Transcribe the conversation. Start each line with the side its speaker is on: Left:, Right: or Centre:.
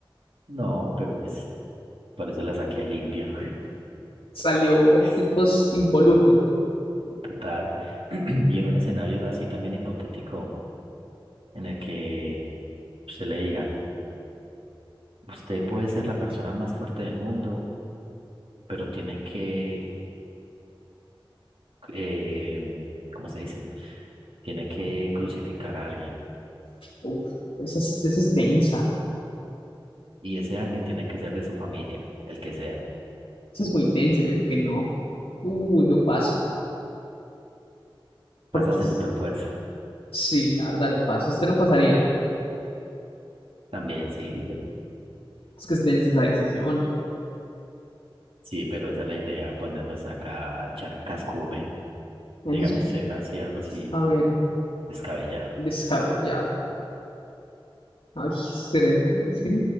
Right: No, pero pues por eso la saqué limpia.
Left: Salió el
Right: <laughs>
Left: tipo es impoluto.
Right: Total. <clears throat> Y era un escenario así también hipotético en el que usted le digan, usted puede ser la persona más fuerte del mundo, pero tiene que, eh, ¿cómo se dice? Tiene que crucificar a alguien.
Left: Uf, esa es, esa es densa.
Right: Y ese alguien tiene que ser de su familia, el que sea.
Left: Esa es muy densa, yo creo que no. Uh, yo paso.
Right: Pasas
Left: Porque
Right: de
Left: s-
Right: super fuerza.
Left: sí, la verdad, yo paso. Usted no pasaría.
Right: También, sí.
Left: Es que es densa esa decisión.
Right: Sí, pero esa es la idea, ponernos acá a echar cascumen.
Left: Eso
Right: Dígame
Left: es-
Right: usted así, algo así
Left: A ver.
Right: descabellado.
Left: Descabellado. Ay, seré- es que es